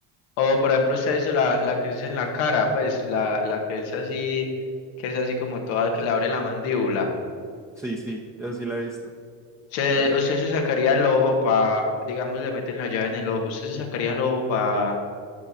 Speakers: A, on the left; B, in the centre.
A: O por ejemplo, usted hizo la, la que es en la cara, pues la, la que es así, que es así como toda, que le abre la mandíbula.
B: Sí, sí, eso sí la he visto.
A: Se,
B: Es-
A: usted se sacaría el ojo para, digamos, le meten la llave en el ojo. Usted se sacaría el ojo para